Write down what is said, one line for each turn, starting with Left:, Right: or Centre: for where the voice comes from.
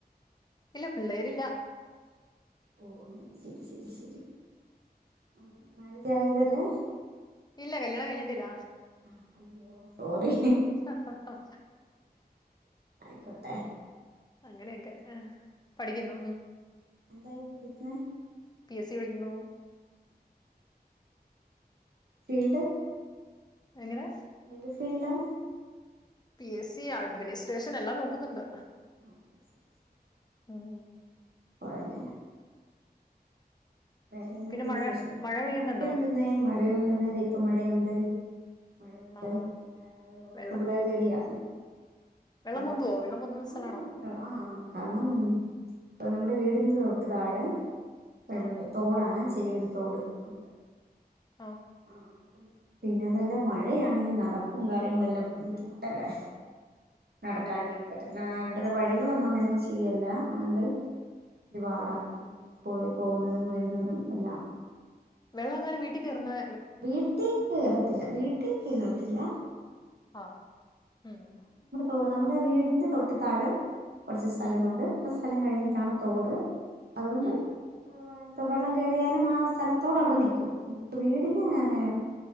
Left: ഇല്ല പിള്ളേരില്ല
Right: ഓ അന്നന്നെ ശരി ശരി ശരി ആ മര അതായതല്ലേ
Left: ഇല്ല കല്യാണം കഴിഞ്ഞിട്ടില്ല
Right: ആഹ് അയ്യോ സോറി
Left: ആ
Right: ക്കോട്ടെ
Left: അങ്ങനെയൊക്കെ പഠിക്കുന്നു
Right: എന്തായിരുന്നു പഠിക്കുന്നെ
Left: ഉസ് വിളിക്കുന്നു
Right: ഫീൽഡ്
Left: എങ്ങനെ
Right: എന്ത് ഫീൽഡാ
Left: പി എസ് സി അഡ്മിനിസ്ട്രേഷൻ എല്ലാം നോക്കുന്നുണ്ട്
Right: ഓക്കെ ശരി ശരിരി
Left: ആഹ
Right: ഒഴങ്ങനെ വേറെന്താണ്ട്
Left: പിന്നെ മഴ
Right: വിശേഷം
Left: മഴ പെയ്യുന്നുണ്ടോ
Right: മഴുണ്ടന്നേ മഴയ പറന്നതെ ഇപ്പ മഴയുണ്ട് മഴയുണ്ട്
Left: ആഹാ
Right: മ ഓക്ക്പളേ
Left: വെള്ള
Right: പേടിയ
Left: വെള്ളം
Right: പറ
Left: പൊന്തുവോ വെള്ളം പൊന്തുന്ന
Right: ഒന്ന
Left: സ്ഥലാണോ
Right: ഒന്നും ഇല്ല ആഹ കാരണം അ നമ്മുടെ വീട്ന്ത് തൊട്ട് താഴെ പള്ളത്
Left: ആ
Right: തോടാണ് ചെറിയൊരു തോട് ഉണ്ട്
Left: ആ
Right: ആഹ പിന്നെ അതെല്ലാം മഴയാണെങ്കിൽ നടപ്പും കാര്യങ്ങളെല്ലാം ബുദ്ധിമുട്ടല്ലേ നടക്കാനൊന്നും
Left: അങ്ങനെയല്ലേ
Right: പറ്റത്തില്ല ഇവിടെ ഇണ്ടത്തെ വഴികളൊന്നും അങ്ങനെ ശരിയല്ല അതൊണ്ട് വാട
Left: ഉം
Right: സ്കൂള പോന്നത് മൊയാൽ ന്നാതും അല്ല
Left: വെള്ള കാരും വീട്ടി കേറുന്നേ
Right: വീട്ടി കേറത്തില്ല വീ ട്ടി കേറാത്തില്ല
Left: ആഹ് ഉം
Right: ഓ നമ്മുടെ വീടിന്റെ തൊട്ടുത്തായെ കുറച്ച് സ്ഥലമുണ്ട്
Left: ഉം
Right: സ്ഥലം കഴിഞ്ഞിട്ടാണ് തോട് അതുകൊണ്ട്
Left: ഉം
Right: വാ ത് വെള്ളം കെറിയാലും ആ സ്ഥലത്തോട് അവിടെ നിൽക്കും നമുക്ക് വീട് പിന്നെ അങ്ങനെയ